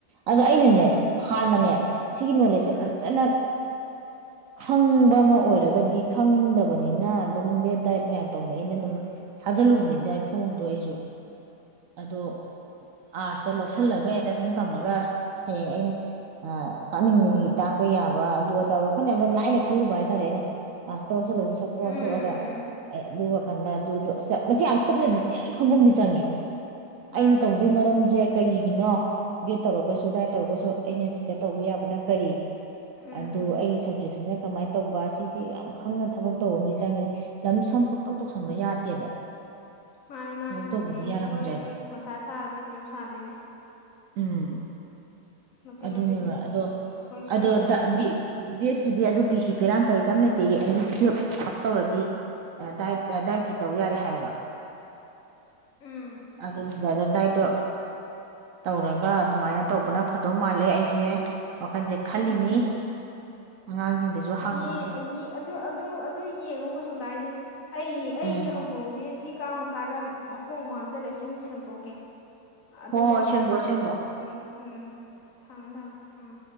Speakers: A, on the right; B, on the left.
A: ꯑꯗꯣ ꯑꯩꯅꯅꯦ ꯍꯥꯟꯅꯅꯦ ꯁꯤꯒꯤ ꯅꯣꯂꯦꯖꯁꯦ ꯐꯖꯅ ꯈꯪꯕ ꯑꯃ ꯑꯣꯏꯔꯒꯗꯤ ꯈꯪꯗꯕꯅꯤꯅ ꯑꯗꯨꯝ ꯕꯦꯠ ꯗꯥꯏꯠ ꯃꯌꯥꯝ ꯇꯧꯅꯩ ꯑꯩꯅ ꯑꯗꯨꯝ ꯊꯥꯖꯤꯜꯂꯨꯕꯅꯤ ꯗꯥꯏ ꯐꯣꯝꯗꯣ ꯑꯩ ꯑꯗꯣ ꯑꯥꯔꯠꯁꯇ ꯂꯧꯁꯜꯂꯒ ꯍꯦꯛꯇ ꯑꯗꯨꯝ ꯇꯝꯃꯒ ꯍꯌꯦꯡ ꯑꯩꯅ ꯇꯥꯛꯅꯤꯡꯕꯒꯤ ꯇꯥꯛꯄ ꯌꯥꯕ ꯑꯗꯨ ꯑꯗ ꯋꯥꯈꯜ ꯌꯥꯝꯅ ꯂꯥꯏꯅ ꯈꯜꯂꯨꯕ ꯍꯥꯏꯇꯥꯔꯦ ꯑꯩꯅ ꯑꯥꯔꯠꯁꯇ ꯂꯧꯁꯤꯜꯂꯁꯨ ꯁꯛꯄ
B: ꯎꯝ ꯎꯝ
A: ꯑꯣꯟꯊꯣꯛꯑꯒ
B: ꯎꯝ
A: ꯑꯗꯨ ꯋꯥꯈꯜꯗ ꯑꯗꯨꯗꯨ ꯃꯁꯤ ꯌꯥꯝ ꯀꯨꯞꯅ
B: ꯎꯝ
A: ꯗꯤꯇꯦꯜ ꯈꯪꯒꯝꯗꯤ ꯆꯪꯉꯦ
B: ꯃꯥꯅꯦ
A: ꯑꯩꯅ ꯇꯧꯗꯣꯏ ꯃꯔꯝꯁꯦ ꯀꯔꯤꯒꯤꯅꯣ ꯕꯤ ꯑꯦꯠ ꯇꯧꯔꯒꯁꯨ ꯗꯥꯏꯠ ꯇꯧꯔꯒꯁꯨ ꯑꯩꯅ ꯁꯤꯗ ꯇꯧꯕ ꯌꯥꯕꯅ ꯀꯔꯤ
B: ꯎꯝ
A: ꯑꯗꯨ ꯑꯩꯒꯤ ꯁꯞꯖꯦꯛꯁꯤꯅ ꯀꯃꯥꯏꯅ ꯇꯧꯕ ꯁꯤꯁꯤ ꯌꯥꯝ ꯈꯪꯅ ꯊꯕꯛ ꯇꯧꯕ ꯑꯃꯗꯤ ꯆꯪꯉꯤ ꯂꯝ ꯁꯝ ꯄꯛꯇꯧ ꯇꯧꯁꯟꯕ ꯌꯥꯗꯦꯕ
B: ꯃꯥꯅꯤ ꯃꯥꯅꯦ
A: ꯊꯕꯛ ꯇꯧꯕꯗꯨ
B: ꯍꯌꯦꯡ
A: ꯌꯥꯔꯝꯗ꯭ꯔꯦꯕ
B: ꯁꯣꯏꯔꯗꯤ ꯃꯊꯥ ꯁꯥꯔꯗꯤ ꯄꯨꯂꯞ ꯁꯥꯗꯣꯏꯅꯤ
A: ꯎꯝ
B: ꯃꯆꯤꯠ
A: ꯑꯗꯨꯅꯦꯕ
B: ꯃꯆꯤꯠ
A: ꯑꯗꯣ
B: ꯁꯣꯏ ꯁꯣꯏꯔꯛꯄꯁꯤꯅ
A: ꯑꯗꯣ ꯗꯥ ꯕꯦꯠ ꯕꯦꯠꯀꯤꯗꯤ ꯑꯗꯨ ꯄꯤꯁꯤ ꯄꯤꯔꯥꯡ ꯀꯔꯤ ꯀꯔꯝ ꯂꯩꯇꯦꯌꯦ ꯑꯦꯅꯤ ꯇꯨꯌꯦꯞ ꯄꯥꯁ ꯇꯧꯔꯗꯤ ꯗꯥꯏꯠ ꯗꯥꯏꯠꯀꯤ ꯇꯧ ꯌꯥꯔꯦ ꯍꯥꯏꯌꯦꯕ
B: ꯎꯝ
A: ꯑꯗꯨꯗꯨꯗ ꯗꯥꯏꯠꯇꯣ ꯇꯧꯔꯒ ꯑꯗꯨꯃꯥꯏꯅ ꯇꯧꯕꯅ ꯐꯗꯧ ꯃꯥꯜꯂꯦ ꯑꯩꯁꯦ ꯋꯥꯈꯜꯁꯦ
B: ꯋꯥꯈꯜꯁꯦ
A: ꯈꯜꯂꯤꯅꯤ ꯑꯉꯥꯡꯁꯤꯡꯗꯁꯨ ꯍꯡꯉꯤ
B: ꯑꯦ ꯑꯩꯒꯤ ꯑꯗꯨ ꯑꯗꯨ ꯑꯗꯨ ꯌꯦꯡꯉꯣ ꯀꯩꯁꯨ ꯀꯥꯏꯗꯦ ꯑꯩꯒꯤ ꯑꯩꯒꯤ
A: ꯎꯝ
B: ꯍꯧꯗꯣꯡꯁꯦ ꯁꯤ ꯀꯥ ꯃꯈꯥꯗ ꯃꯈꯣꯡꯥꯡ ꯍꯟꯖꯤꯜꯂꯦ ꯁꯤꯃꯁꯨ ꯁꯦꯡꯇꯣꯛꯀꯦ ꯑꯗꯨꯒ
A: ꯍꯣꯏ ꯍꯣꯏ
B: ꯑꯃꯨꯛ
A: ꯁꯦꯡꯗꯣꯛꯑꯣ
B: ꯁꯥꯔꯅꯁꯦ
A: ꯁꯦꯡꯗꯣꯛꯑꯣ
B: ꯎꯝ ꯎꯝ ꯊꯝꯃꯦ ꯊꯝꯃꯦ ꯎꯝ